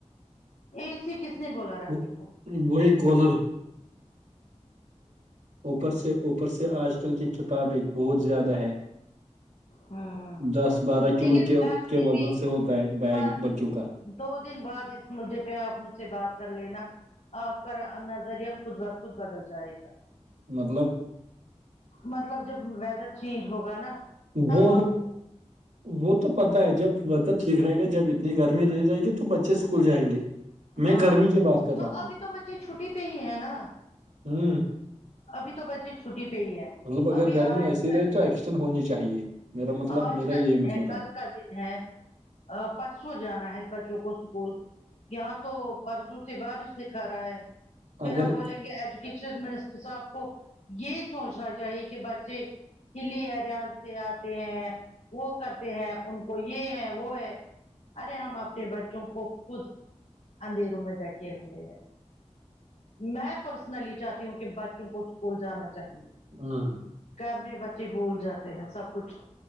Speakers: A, on the left (about 80°); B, on the right (about 75°).
A: اسی کس نے بولا رکھنے
B: وہ-
A: کو
B: وہی کوالر اوپر سے اوپر سے آج کل کی کتابیں بہت زیادہ ہے
A: ہوں
B: دس بارہ
A: لیکن
B: کلو کے
A: گھر
B: کے
A: میں
B: وزن
A: بھی
B: سے ہوتا ہے بیگ
A: بس
B: بچوں کا
A: دو دن بعد اس مدعے پہ آپ مجھ سے بات کر لینا آپ کا نظریہ خود بخود بدل جائے گا
B: مطلب
A: مطلب جب ویدر چینج ہوگا نا تب
B: وہ
A: آپ
B: وہ تو پتتا ہے جب ویدر ٹھیک رہے گا جب اتنی گرمی نہیں رہے گی تو بچے اسکول جائیں گے میں
A: ہاں
B: گرمی کی بات کر رہا
A: تو
B: ہوں
A: ابھی تو بچے چھٹی پہ ہی ہے نا
B: ہوں
A: ابھی تو بچے چھٹی پہ ہی ہے
B: مطلب اگر
A: ابھی
B: گرمی
A: آج
B: ایسی
A: کا
B: رہے
A: دن
B: تو ایکسٹینڈ ہونی چاہیے میرا مطلب
A: آج
B: میرا
A: کا
B: یہی
A: دن
B: مطلب
A: کل
B: ہے
A: کا دن ہے پرسوں جانا ہے بچوں کو اسکول یہاں تو پرسوں سے بارش دکھا رہا ہے پھر
B: اگر
A: ہم بولیں گے ایج مٹر صاحب کو یہی سوچنا چاہیے کہ بچے کلی ایریاز سے آتے ہیں وہ کرتے ہیں ان کو یہ ہے وہ ہے ارے ہم اپنے بچوں کو خود اندھیروں میں جاکل رہے ہیں میں پرسنلی چاہتی ہوں کہ بچوں کو اسکول جانا چاہیے
B: ہاں
A: گھر میں بچے بول جاتے ہیں سب کچھ